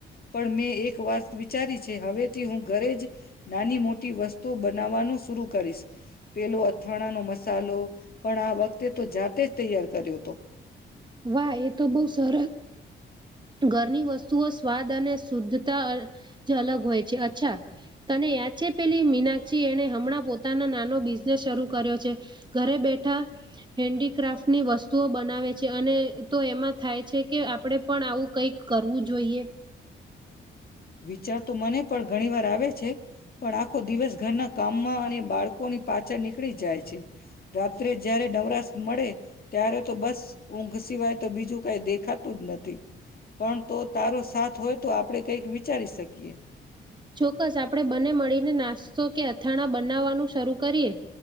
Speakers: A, on the left (about 45°); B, on the right (about 20°).
A: પણ મેં એક વાત વિચારી છે, હવેથી હું ઘરેજ નાની મોટી વસ્તુ બનાવવાનું શુંરુ કરીશ. પેલો અથાણાનો મસાલો, પણ આ વખતે તો જાતે જ તૈયાર કર્યો હતો.
B: વાહ, એતો બો સરસ. ઘરની વસ્તુઓ સ્વાદ અને શુદ્ધતાજ અલગ હોય છે. અચ્છા, તને યાદ છે પેલી મીનાક્ષી એને હમણાં પોતાનો નાનો બિઝનેસ શરૂ કર્યો છે. ઘરે બેઠા હેન્ડીક્રાફ્ટની વસ્તુઓ બનાવે છે. અને તો એમાં થાય છે કે આપડે પણ આવું કઈક કરવું જોઈએ.
A: વિચાર તો મને પણ ઘણી વાર આવે છે, પણ આખો દિવસ ઘરના કામમાં અને બાળકોની પાછળ નીકળી જાય છે. રાત્રે જયારે નવરાશ મળે ત્યારે તો બસ ઊંઘ સિવાય તો બીજું કઈ દેખાતું જ નથી. પણ તો તારો સાથ હોય તો આપડે કઈક વી વિચારી શકીએ.
B: ચોક્કસ આપડે બને મળીને નાસ્તો કે અથાણા બનાવવાનું શરૂ કરીએ.